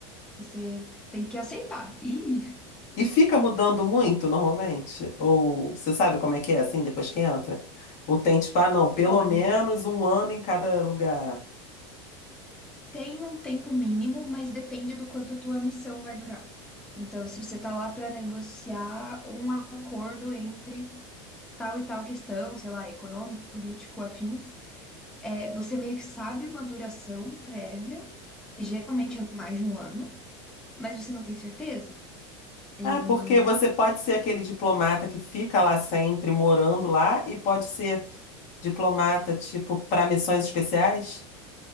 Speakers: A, in the centre; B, on the left (about 50°).
A: Você tem que aceitar. E,
B: E fica mudando muito normalmente? Ou você sabe como é que é assim depois que entra? Ou tem tipo, ah, não, pelo
A: olha,
B: menos um ano em cada lugar.
A: tem um tempo mínimo, mas depende do quanto a tua missão vai durar. Então, se você tá lá para negociar um acordo entre tal e tal questão, sei lá, econômico, político, afins, é, você meio que sabe uma duração prévia, que geralmente é mais de um ano, mas você não tem certeza. E
B: Ah, porque você pode ser aquele diplomata que fica lá sempre, morando lá, e pode ser diplomata, tipo, para missões especiais?